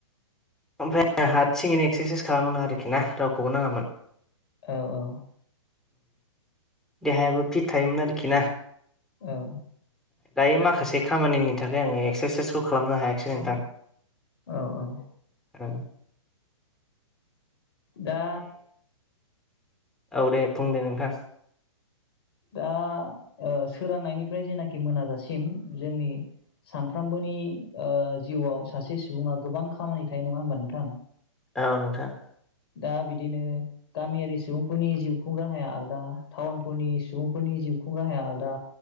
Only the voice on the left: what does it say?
औ औ।
औ।
औ औ।
दा
दा ओ सोरांनायनि फ्राय जेनोखि मोनाजासिम जोंनि सानफ्रोमबोनि ओ जिउआव सासे सुबुङा गोबां खामानि थायो नङा होमबा नोंथां
दा बिदिनो गामियारि सुबुंफोरनि जिउ खुं राहाया आलदा टाउनफोरनि सुबुंफोरनि जिउ खुं राहाया आलदा